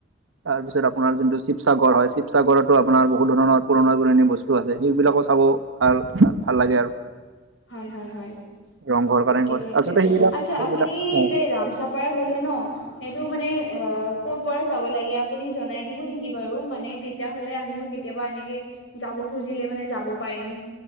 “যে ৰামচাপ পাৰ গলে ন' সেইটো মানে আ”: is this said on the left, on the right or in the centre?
Left